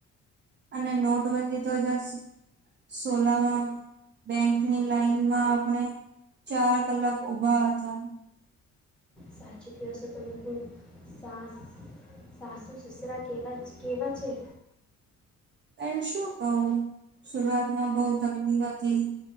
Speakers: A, on the right; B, in the centre.
A: અને નોટબંધી તો જશ સોલામાં બેંકની લાઈનમાં આપણે ચાર કલાક ઉભા હતા.
B: સાચું ક્યો સો તમે <unintelligible> સાસ, સાસુ સસરા કેવા છ કેવા છે?
A: તેન શું કવ હું, સુરઆતમાં બહુ તકલીફ હતી